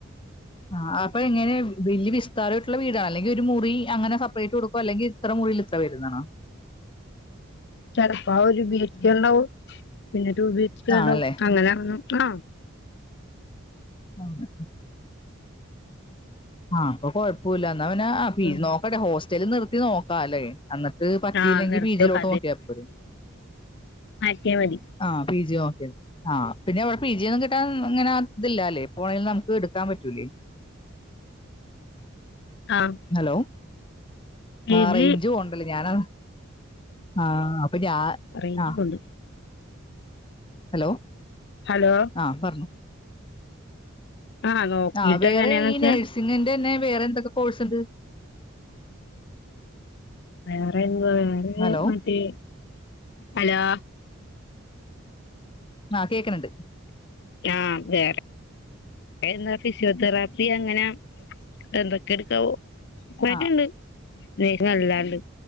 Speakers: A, on the left; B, on the left.
A: ആഹ് അപ്പം എങ്ങനെ വെല്യ വിസ്താര ആയിട്ടുള്ള വീടാണോ? അല്ലെങ്കിൽ ഒരു മുറി അങ്ങനെ സെപ്പറേറ്റ് കൊടുക്കുവ അല്ലെങ്കിൽ- ഇത്ര മുറീൽ ഇത്ര പേര്ന്നാണോ?
B: ചടപ്പാ ഒരു ബിചേർ ഒണ്ടാവും പിന്നെ ഒരു ബീച്ചേർ
A: ആണല്ലേ?
B: ഒണ്ടാവും അങ്ങനെ ഒന്നും ആഹ്
A: ആഹ് ആഹ് അപ്പൊ കൊഴപ്പോല്ല. എന്നാ പിന്നെ ആ പി
B: ഉം
A: നോക്കട്ടെ ഹോസ്റ്റലിൽ നിർത്തി നോക്കാല്ലേ? എന്നട്ട് പറ്റിയി
B: ആഹ്
A: ഇല്ലെങ്കിൽ
B: നിർത്തി
A: പീജിയിലോട്ട്
B: നോക്ക്
A: നോക്കിയാപ്പോരേ.
B: ആക്കിയാ മതി
A: ആഹ് പി ജി ഓക്കെ ആ പിന്നെ ഇവിടെ പി ജി ഒന്നും കിട്ടാൻ ഇ അങ്ങനാ ഇത് ഇല്ലാ അല്ലേ പോയെത് നമുക്ക് എടുക്കാൻ പറ്റൂലേ.
B: ആഹ്
A: ഹലോ
B: പി
A: ആ
B: ജി
A: റേഞ്ച് പോണ്ടല്ലേ ഞാൻ അ ആഹ് അപ്പൊ ഞാ
B: റേഞ്ച്
A: ആ
B: പോണ്ട്.
A: ഹലോ
B: ഹലോ
A: ആഹ് പറഞ്ഞോ
B: ആഹ് നോക്കിട്ട്
A: ആഹ് വേറെ
B: എങ്ങനെയാന്ന്
A: ഈ
B: വെച്ചാ
A: നേഴ്സിങ്ങിന്റെ തന്നെ വേറെ എന്തൊക്കെ കോഴ്സ് ഉണ്ട്
B: വേറെ എന്തോവാ വേറെ
A: ഹലോ
B: മറ്റേ ഹലോ
A: ആഹ് കേക്കണണ്ട്
B: ആം വേറെ എന്നാ ഫിസിയോതെറാപ്പി അങ്ങനെ എന്തൊക്കെ എടുക്കാവോ <unintelligible>
A: ആ
B: അല്ലാണ്ട്